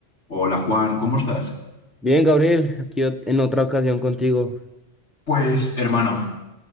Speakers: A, on the left (about 75°); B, in the centre.
A: Hola Juan, ¿cómo estás?
B: Bien, Gabriel, aquí ot- en otra ocasión contigo.
A: Pues hermano,